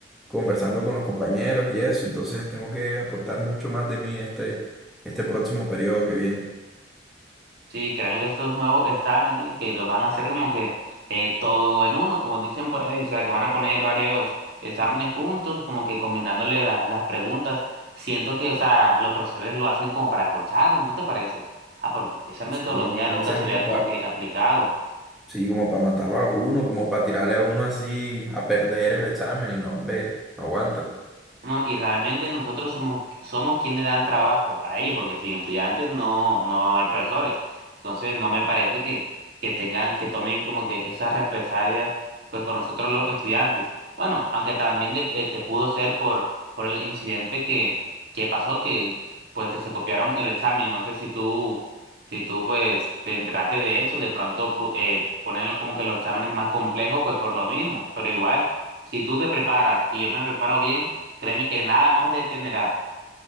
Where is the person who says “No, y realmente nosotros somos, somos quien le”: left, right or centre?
Right